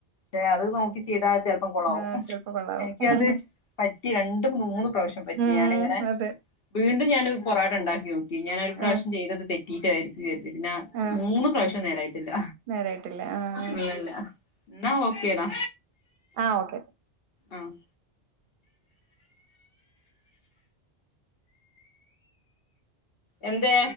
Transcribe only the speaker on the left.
ഷെ അത് നോക്കി ചെയ്താ ചെലപ്പം കുളാവും
എനിക്കത് പറ്റി രണ്ടും മൂന്നും പ്രാവശ്യം പറ്റി
ഞാനിങ്ങനെ
വീണ്ടും ഞാൻ പൊറാട്ടണ്ടാക്കി നോക്കി ഞാനൊരു പ്രാവശ്യം
ചെയ്തത് തെറ്റിട്ടായിരിക്കും പിന്നെ
മൂന്ന് പ്രാവശ്യും നേരായിട്ടില്ല
ഇല്ലല്ല എന്നാ ഓക്കേടാ
ആഹ് എന്തേ